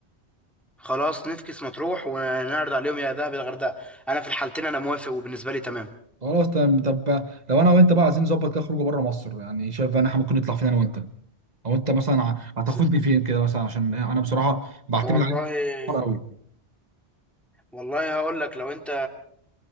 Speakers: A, in the centre; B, on the right (about 40°).
A: خلاص نفكس مطروح ونعرض عليهم يا دهب يا الغردقه انا في الحالتين انا موافق وبالنسبه لي تمام
B: خلاص تمام طب لو أنا وأنت بقى عايزين نظبط كده خروجه بره مصر يعني شايف بقى إن إحنا ممكن نطلع فين أنا وأنت او انت مثلا ه- هتاخدني
A: ز-
B: فين كده مثلا عشان انا بصراحه بعتمد
A: والله
B: عليك كتير قوي
A: والله هقول لك لو انت